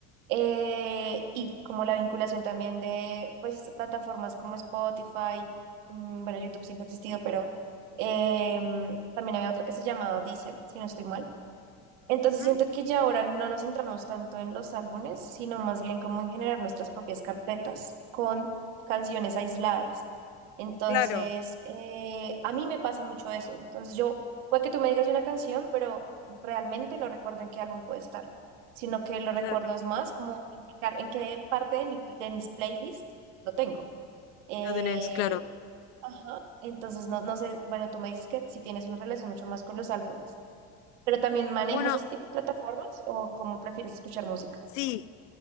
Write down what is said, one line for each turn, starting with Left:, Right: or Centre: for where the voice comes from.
Right: eh, y como la vinculación también de pues plataformas como Spotify, mm, bueno, YouTube siempre ha existido, pero em, también había otra que se llamaba Deezer, si no estoy mal entonces
Left: ujú,
Right: siento que ya ahora no nos centramos tanto en los álbumes, sino más bien como en generar nuestras propias carpetas con canciones aisladas. Entonces,
Left: Claro,
Right: eh, a mí me pasa mucho eso. Entonces yo, puede que tú me digas de una canción, pero realmente no recuerdo en qué álbum puede estar, sino que lo recuerdo
Left: ya
Right: es más como en qué, car- en qué parte de mi, de mis playlists lo tengo. Eh,
Left: lo tenés, claro.
Right: ajá, entonces no, no sé, bueno, tú me dices que si tienes una relación mucho más con los álbumes. ¿Pero también manejas
Left: Bueno,
Right: este tipo de plataformas o cómo prefieres escuchar música?
Left: sí,